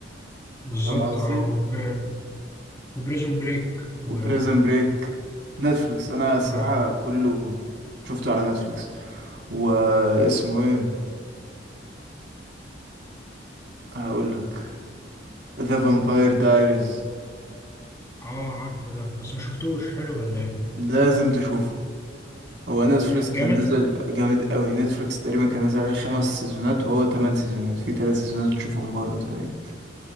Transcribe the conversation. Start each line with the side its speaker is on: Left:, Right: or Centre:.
Left: بالظبط
Right: فاهم قصدي
Left: اه وب... وبريزون بريك و
Right: وبريزن بريك نتفليكس انا الصراحة
Left: اه
Right: كله شفته على نتفليكس واسمه ايه هقولك ذا فامباير دايريز
Left: اه عارفه ده بس ما شفتوش حلو ولا ايه
Right: لازم تشوفه هو نتفليكس كان
Left: جامد
Right: نزل جامد قوي نتفليكس تقريبا كان نزل عليه خمس سيزونات وهو تمن سيزونات في ثلاث سيزونات تشوفهم بره تقريبا